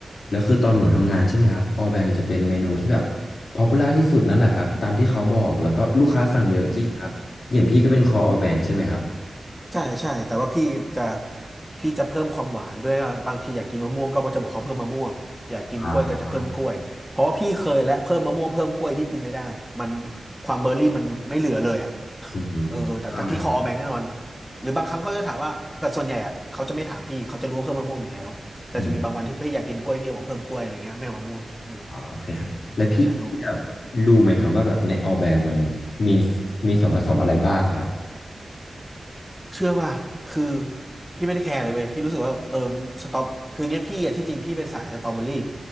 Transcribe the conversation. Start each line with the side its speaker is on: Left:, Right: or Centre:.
Left: แล้วคือตอนผมทำงานใช่ไหมครับออแบงจะเป็นเมนูที่แบบ ป๊อปปูล่าที่สุดนั่นแหละครับตามที่เขาบอกแล้วก็ลูกค้าสั่งเยอะจริงครับอย่างพี่ก็เป็นคออ
Centre: อืม
Left: b a บ k ใช่ไหมครับ
Centre: ใช่ใช่แต่ว่าพี่จะพี่จะเพิ่มความหวานด้วยว่าบางทีอยากกินมะม่วงก็จะบอกเขาเพิ่มมะม่วงอยากกินกล้วยก็จะเพิ่มกล้วยเพราะว่าพี่เคยและเพิ่มมะม่วงเพิ่มกล้วยพี่กินไม่ได้มัน
Left: อ่า
Centre: ความเบอร์รี่มันไม่เหลือเลยอ่ะ
Left: อืมใช่ครับ
Centre: เออเออแต่แต่พี่ขอเอาแบงค์แน่นอนหรือบางครั้งเขาจะถามว่าแต่ส่วนใหญ่อ่ะเขาจะไม่ถามพี่เขาจะรู้ว่าเพิ่มมะม่วงอยู่แล้วแต่จะมีบางวันที่พี่อยากกินกล้วยพี่บอกเพิ่มกล้วยอะไรเงี้ยไม่เอามะม่วงเออ
Left: อืมอ่าโอเคครับแล้วพี่พี่แบบรู้ไหมครับว่าแบบในออแบงมัน
Centre: น่าใช้ของพี่นะ
Left: มีมีส่วนผสมอะไรบ้างครับ
Centre: เชื่อป่ะคือพี่ไม่ได้แคร์เลยเว้ยพี่รู้สึกว่าเออสตรอคือเนี้ยพี่อะที่จริงพี่เป็นสายสตรอเบอรี่